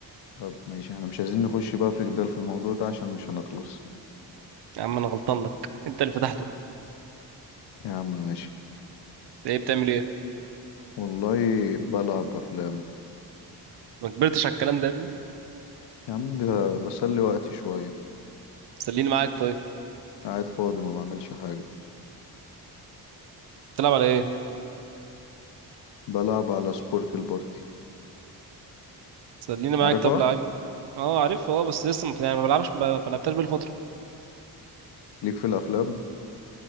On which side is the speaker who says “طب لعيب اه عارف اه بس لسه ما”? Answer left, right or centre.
Right